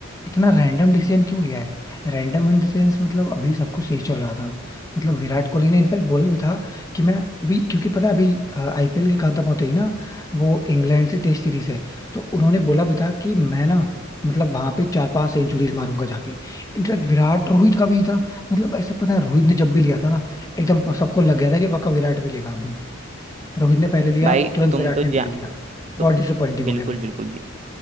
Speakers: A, on the left (about 15°); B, on the right (about 30°).
A: इतना रैंडम डिसीजन क्यों लिया है रैंडम इन द सेंस मतलब अभी सब कुछ सही चल रहा था मतलब विराट कोहली ने इनफैक्ट बोला भी था कि मैं अभी क्योंकि पता है अभी आईपीएल के खत्म होते ही ना वो इंग्लैंड से टेस्ट सीरीज है तो उन्होंने बोला भी था कि मैं ना मतलब वहां पे चार पांच सेंचुरीज मारूंगा जाके इनफैक्ट विराट रोहित का भी मतलब ऐसा पता है रोहित ने जब भी लिया था ना एकदम सबको लग गया था कि पक्का विराट भी लेगा अभी रोहित ने पहले लिया
B: भाई
A: तुरंत
B: तुम
A: विराट
B: तो
A: ने भी
B: जा
A: ले लिया
B: तो
A: बहुत डिसअपॉइंटिंग हो
B: बिल्कुल
A: गया भाई
B: बिल्कुल जी